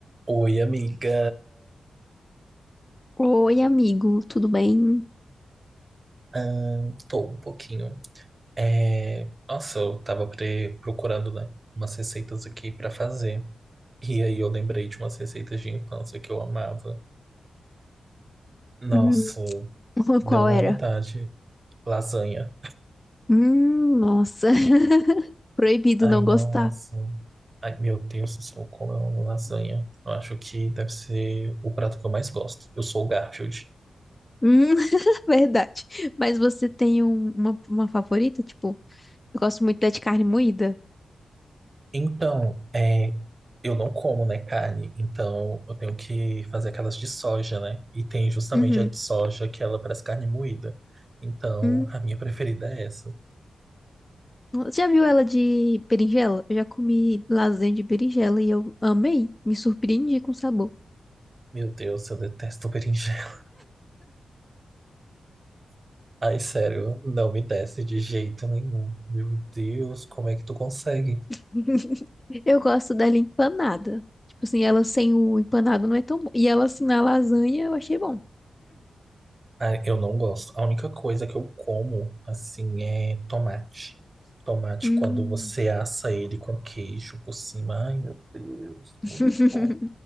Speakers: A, on the right; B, on the left.
A: Oi, amiga.
B: Oi, amigo, tudo bem?
A: Ahn, tô um pouquinho. É, Nossa, eu tava pre- procurando, né, umas receitas aqui pra fazer. E aí eu lembrei de umas receitas de infância que eu amava. Nossa,
B: Hum, <laughs>
A: deu
B: qual
A: uma
B: era?
A: vontade. Lasanha.
B: Hum, nossa, <laughs> proibido
A: Ai,
B: não
A: nossa.
B: gostar.
A: Ai, meu Deus do céu, como eu amo lasanha. Eu acho que deve ser o prato que eu mais gosto. Eu sou o Garfield.
B: Hum, <laughs> verdade. Mas você tem um- uma, uma favorita? Tipo, eu gosto muito da de carne moída.
A: Então, é, eu não como, né, carne. Então, eu tenho que fazer aquelas de soja, né? E tem justamente
B: Uhum.
A: a de soja que ela parece carne moída. Então,
B: Hum,
A: a minha preferida é essa.
B: você já viu ela de berinjela? Eu já comi lasanha de berinjela e eu amei. Me surpreendi com o sabor.
A: Meu Deus, eu detesto berinjela. <laughs> Ai, sério, não me desce de jeito nenhum. Meu Deus, como é que tu consegue?
B: <laughs> Eu gosto dela empanada. Tipo assim, ela sem o empanado não é tão bom. E ela assim na lasanha eu achei bom.
A: Ai, eu não gosto. A única coisa que eu como, assim, é tomate. Tomate,
B: Hum.
A: quando você assa ele com queijo por cima. Ai, meu Deus,
B: <laughs>
A: muito bom.